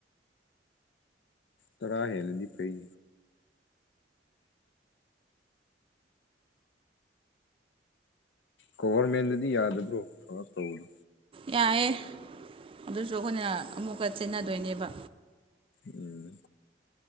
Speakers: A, on the left (about 70°); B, on the right (about 30°).
A: ꯇꯔꯥ ꯍꯦꯜꯂꯗꯤ ꯐꯩ ꯒꯣꯕ꯭ꯔꯃꯦꯟꯠꯗꯗꯤ ꯌꯥꯗꯕ꯭ꯔꯣ ꯇꯧꯕꯗꯣ
B: ꯌꯥꯑꯦ ꯑꯗꯨꯁꯨ ꯑꯩꯈꯣꯏꯅ ꯑꯃꯨꯛꯀ ꯆꯦꯟꯅꯗꯣꯏꯅꯦꯕ
A: ꯎꯝ